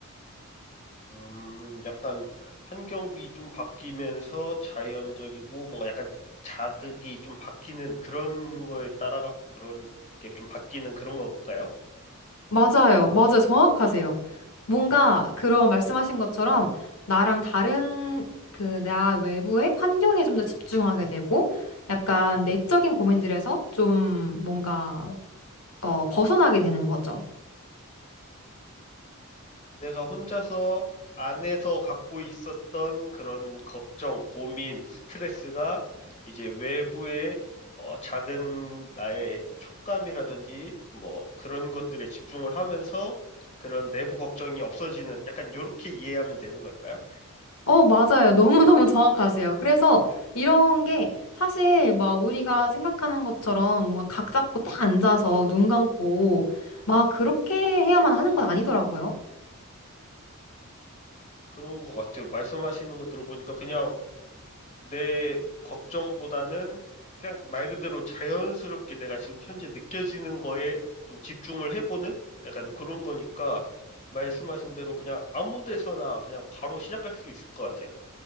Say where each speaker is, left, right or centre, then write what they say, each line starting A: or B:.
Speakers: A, on the left; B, on the left.
A: 음, 약간 환경이 좀 바뀌면서 자연적이고 뭔가 약간 자극이 좀 바뀌는 그런 거에 따라 갖고 그런 게 좀 바뀌는 그런 건가요?
B: 맞아요. 맞아요. 정확하세요. 뭔가 그런 말씀하신 것처럼 나랑 다른 그 나 외부의 환경에 좀 더 집중하게 되고 약간 내적인 고민들에서 좀 뭔가 어, 벗어나게 되는 거죠.
A: 내가 혼자서 안에서 갖고 있었던 그런 걱정, 고민, 스트레스가 이제 외부의 어, 작은 나의 촉감이라든지 뭐 그런 것들에 집중을 하면서 그런 내부 걱정이 없어지는 약간 요렇게 이해하면 되는 걸까요?
B: 어, 맞아요. <laughs> 너무너무 정확하세요. 그래서 이런 게 사실 막 우리가 생각하는 것처럼 뭔가 각 잡고 딱 앉아서 눈 감고 막 그렇게 해야만 하는 건 아니더라고요.
A: 그런 것 같아요. 말씀하시는 거 들어보니까 그냥 내 걱정보다는 그냥 말 그대로 자연스럽게 내가 지금 현재 느껴지는 거에 좀 집중을 해보는 약간 그런 거니까 말씀하신 대로 그냥 아무 데서나 그냥 바로 시작할 수 있을 것 같아요.